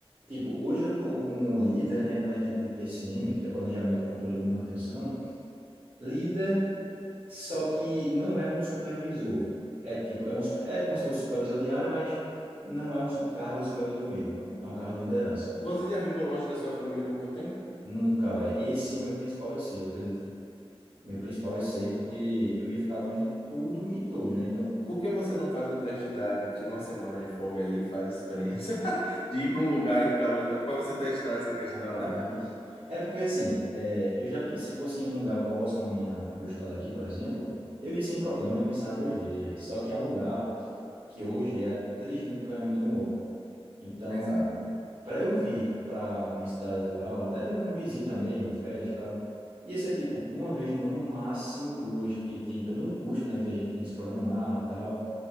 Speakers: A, on the right; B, on the left.
A: Tipo, hoje eu estou como um líder, né, de uma equipe de PCM, que é Planejamento, Controle e Manutenção, líder, só que não é um supervisor. É tipo, é, um, super- é como se fosse supervisor de área, mas não é um, um cargo de supervisor mesmo, é um, é um cargo de liderança.
B: Você já ficou longe da sua família por muito tempo?
A: Nunca é. Esse é o meu principal receio, eu acredito Meu principal receio, é porque eu ia ficar longe de tudo e todos, né? Então,
B: Por que você não faz um test drive, tira uma semana de folga aí e faz a experiência <laughs> de ir para um lugar e ficar longe da... para você testar essa questão,
A: rapaz.
B: né?
A: É porque assim, é, eu já pensei, se fosse em um lugar próximo à minha, ao meu estado aqui, por exemplo, eu ia sem problema, eu não pensava duas vezes, velho. Só que é um lugar que hoje é a 3 mil km de onde eu moro. Então,
B: Exato.
A: para eu vir para minha cidade atual, até como visita mesmo, férias e tal, ia ser tipo uma vez no ano, no máximo duas, porque tem todo um custo, né, que a gente tem que se programar e tal.